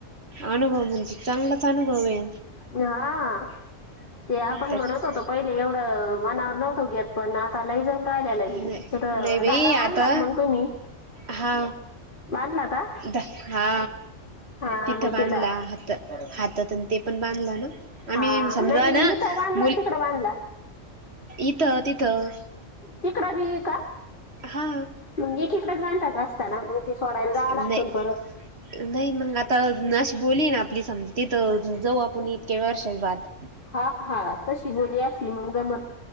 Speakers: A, on the right (about 55°); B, on the left (about 45°).
A: अनुभव म्हणजे चांगलाच अनुभव आहे.
B: हा ते आपण
A: त्यात
B: म्हणत होतो पहिले एवढ. मनावर नव्हतो घेत पण आता लय जाऊ.
A: नाही
B: तिथ
A: नाही बाई
B: धागा
A: आता
B: बधला मग तुम्ही
A: हा.
B: बांधला का
A: ध हा
B: हा
A: तिथं
B: मग
A: बांधला
B: ते दा
A: हात हात. ते पण बांधलं ना आम्ही
B: हा
A: समजा
B: नाही
A: ना
B: इथं बांधला
A: मुली
B: तिकडं बांधला
A: इथं तिथं.
B: तिकड बी का
A: हा
B: मग एकीकडेच बांधायच असता ना मग ते सोडायला जावं
A: नाय
B: लागतं परत
A: नाही मग आता अशी बोली हे ना आपली समजा तिथ जाऊ आपण इतके वर्षे बाद
B: हा हा तशी बोली असली मग जमल